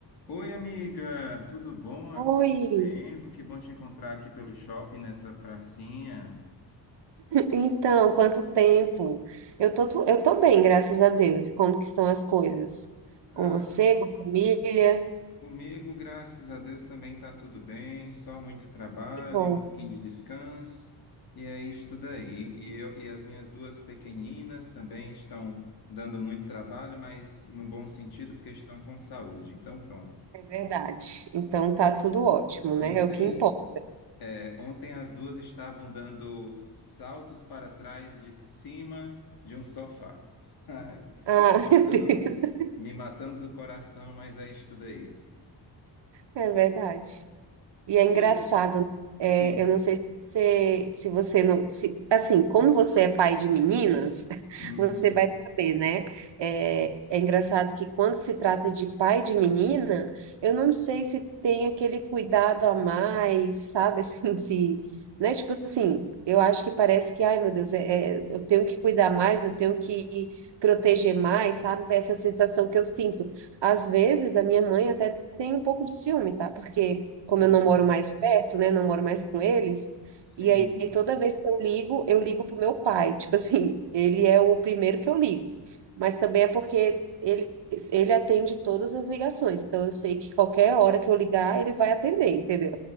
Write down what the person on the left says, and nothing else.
Oi, amiga, tudo bom? Há
quanto tempo? Que bom te encontrar aqui pelo shopping nessa pracinha.
Ah,
comigo, graças a Deus, também tá tudo bem, só muito trabalho,
um pouquinho de descanso, e é isto daí. E eu e as minhas duas pequeninas também estão dando muito trabalho, mas no bom sentido, porque estão com saúde. Então, pronto.
Ontem
Ontem as duas estavam dando saltos para trás de cima de um sofá. <laughs> Ai,
me
matando,
me matando do coração, mas é isso daí.
Dois
dizem.
Uhum,
uhum,
Sim.